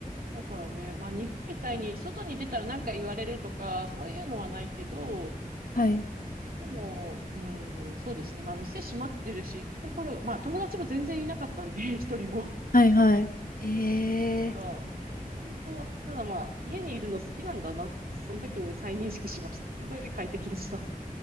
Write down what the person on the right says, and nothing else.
だからね、まあ、日本みたいに外に出たら何か言われるとか、そういうのはないけど、
でも、うん、そうですね。まあ、店閉まってるし、行くところ、まあ、友達も全然いなかったんで、<laughs> 一人も。
から、本当、ただまあ、家にいるの好きなんだなって、その時に再認識しました。すごい快適でした。